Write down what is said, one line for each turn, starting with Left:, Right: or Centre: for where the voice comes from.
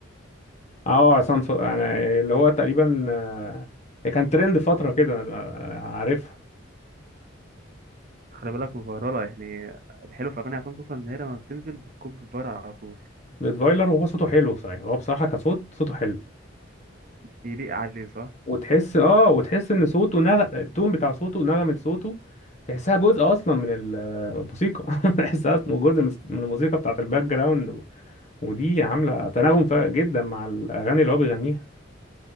Left: اه عصام صاصه يعني اللي هو تقريبا آه، هي كان ترند فتره كده أنا عارفها
Right: خلي بالك مفيراله يعني الحلو في اغاني عصام صاصا ان هي لما بتنزل بتكب فيرال على طول
Left: بيت فايلر وهو صوته حلو صحيح هو بصراحه كصوت صوته حلو
Right: يليق عليه صح
Left: وتحس اه وتحس ان صوته نغ... التون بتاع صوته ونغمة صوته تحسها جزء اصلا من ال- الموسيقى <laughs> تحسها أصلاً جزء من من الموسيقى بتاعت الباك جراوند و... ودي عاملة تناغم فارق جدا مع الاغاني اللي هو بيغنيها